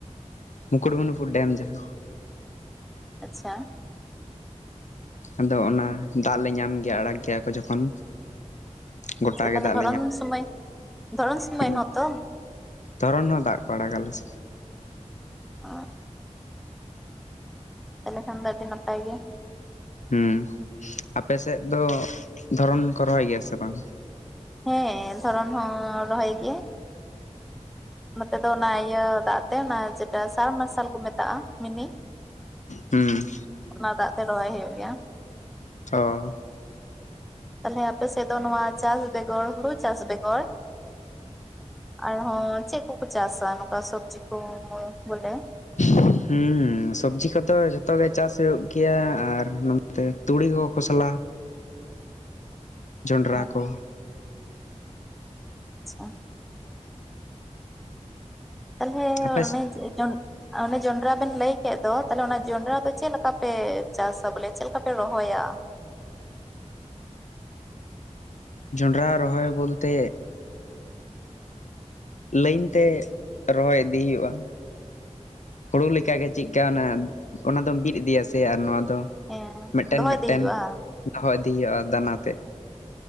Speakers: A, on the left (about 75°); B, in the centre.
A: ᱢᱩᱠᱩᱴᱢᱩᱱᱤᱯᱩᱨ ᱰᱮᱢ ᱡᱟᱸᱦᱟ᱾
B: ᱟᱪᱪᱷᱟ᱾
A: ᱟᱫᱚ ᱚᱱᱟ ᱫᱟᱜ ᱞᱮ ᱧᱟᱢ ᱜᱮᱭᱟ ᱟᱲᱟᱜ ᱜᱮᱭᱟ ᱠᱚ ᱡᱚᱠᱷᱚᱱ᱾ ᱜᱚᱴᱟ
B: ᱪᱮᱫ
A: ᱜᱮ
B: ᱛᱟᱦᱞᱮ
A: ᱫᱟᱜ
B: ᱫᱷᱚᱨᱚᱱ
A: ᱞᱮ ᱧᱟᱢ
B: ᱥᱚᱢᱚᱭ, ᱫᱷᱚᱨᱚᱱ ᱥᱚᱢᱚᱭ
A: ᱜᱮᱭᱟ,
B: ᱦᱚᱸᱛᱚ᱾
A: ᱫᱷᱚᱨᱚᱱ ᱦᱚᱸ ᱫᱟᱜ ᱠᱚ ᱟᱲᱟᱜᱟ ᱟᱞᱮᱥᱮᱜ᱾
B: ᱚᱸ᱾ ᱛᱟᱦᱞᱮ ᱠᱷᱟᱱ ᱫᱚ ᱟᱹᱰᱤ ᱱᱟᱯᱟᱭ ᱜᱮ᱾
A: ᱦᱩᱸ᱾ ᱟᱯᱮ ᱥᱮᱫ ᱫᱚ ᱫᱷᱚᱨᱚᱱ ᱠᱚ ᱨᱚᱦᱚᱭ ᱜᱮᱭᱟ ᱥᱮ ᱵᱟᱝ?
B: ᱦᱮᱸᱻ ᱫᱷᱚᱨᱚᱱ ᱦᱚᱸᱻ ᱨᱚᱦᱚᱭ ᱜᱮ᱾ ᱱᱚᱛᱮ ᱫᱚ ᱚᱱᱟ ᱤᱭᱟᱹ ᱫᱟᱜ ᱛᱮ ᱚᱱᱟ ᱡᱮᱴᱟ ᱥᱟᱢᱟᱨᱥᱟᱞ ᱠᱚ ᱢᱮᱛᱟᱜ-ᱟ ᱢᱤᱱᱤ᱾
A: ᱦᱩᱸ᱾
B: ᱚᱱᱟ ᱫᱟᱜ ᱛᱮ ᱨᱚᱦᱚᱭ ᱦᱩᱭᱩᱜ ᱜᱮᱭᱟ᱾
A: ᱚᱻ
B: ᱛᱟᱦᱞᱮ ᱟᱯᱮᱥᱮᱫ ᱫᱚ ᱱᱚᱣᱟ ᱪᱟᱥ ᱵᱮᱜᱚᱨ ᱦᱩᱲᱩ ᱪᱟᱥ ᱵᱮᱜᱚᱨ ᱟᱨᱦᱚᱸᱻ ᱱᱚᱝᱠᱟᱱ ᱪᱮᱫ ᱠᱚᱠᱚ ᱪᱟᱥ-ᱟ ᱱᱚᱠᱟ ᱥᱚᱵᱽᱡᱤ ᱠᱚᱻ ᱵᱚᱞᱮ?
A: <unintelligible> ᱦᱩᱸᱻ ᱥᱚᱵᱽᱡᱤ ᱠᱚᱫᱚ ᱡᱷᱚᱛᱚ ᱜᱮ ᱪᱟᱥ ᱦᱩᱭᱩᱜ ᱜᱮᱭᱟ ᱟᱨ ᱱᱚᱱᱛᱮ ᱛᱩᱲᱤ ᱦᱚ ᱠᱷᱚᱥᱞᱟ᱾ ᱡᱚᱱᱰᱨᱟ
B: ᱟᱪᱪᱷᱟ
A: ᱠᱚ᱾
B: ᱟᱪᱷᱟ᱾ ᱛᱟᱦᱞᱮ
A: ᱟᱯᱮ
B: ᱚᱱᱮ
A: ᱥᱮᱫ
B: ᱡᱮ ᱡᱚᱱᱼᱼ ᱚᱱᱮ ᱡᱚᱸᱰᱨᱟ ᱵᱮᱱ ᱞᱟᱹᱭ ᱠᱮᱫ ᱫᱚ ᱛᱟᱦᱞᱮ ᱚᱱᱟ ᱡᱚᱱᱰᱨᱟ ᱫᱚ ᱪᱮᱫ ᱞᱮᱠᱟᱯᱮ ᱪᱟᱥᱟ ᱵᱚᱞᱮ ᱪᱮᱫ ᱞᱮᱠᱟ ᱯᱮ ᱨᱚᱦᱚᱭᱟ?
A: ᱡᱚᱸᱱᱰᱨᱟ ᱨᱚᱦᱚᱭ ᱵᱚᱞᱛᱮ ᱞᱟᱹᱭᱤᱱ ᱛᱮ ᱨᱚᱦᱚᱭ ᱤᱫᱤ ᱦᱩᱭᱩᱜ-ᱟ᱾ ᱦᱩᱲᱩ ᱞᱮᱠᱟᱜᱮ ᱪᱮᱫᱠᱟ ᱚᱱᱟ ᱚᱱᱟ ᱫᱚᱢ ᱵᱤᱫ ᱤᱫᱤᱭᱟ ᱥᱮ ᱟᱨ ᱱᱚᱣᱟ ᱫᱚ,
B: ᱦᱮᱸ
A: ᱢᱤᱫᱴᱮᱱ
B: ᱫᱚᱦᱚ
A: ᱢᱤᱫᱴᱮᱱ
B: ᱤᱫᱤ ᱦᱩᱭᱩᱜᱼᱟ
A: ᱫᱚᱦᱚ ᱤᱫᱤᱭ ᱦᱩᱭᱩᱜ-ᱟ ᱫᱟᱱᱟ ᱛᱮᱫ᱾